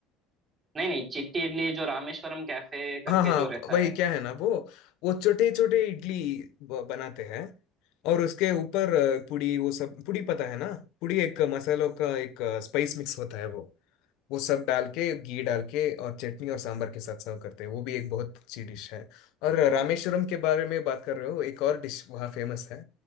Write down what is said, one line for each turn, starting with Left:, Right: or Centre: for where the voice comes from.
Right: नहीं नहीं चिट्टी इडली जो रामेश्वरम कैफे करके
Left: हाँ हाँ
Right: जो रहता
Left: वही
Right: है
Left: क्या है ना वो वो छोटे छोटे इडली ब- बनाते हैं और उसके ऊपर अ, पुड़ी वो सब पुड़ी पता है ना पुड़ी एक मसालों का एक स्पाइस मिक्स होता है वो वो सब डाल के घी डाल के और चटनी और सांबर के साथ सर्व करते हैं वो भी एक बहुत अच्छी डिश है और रामेश्वरम के बारे में बात कर रहे हो एक और डिश वहाँ फेमस है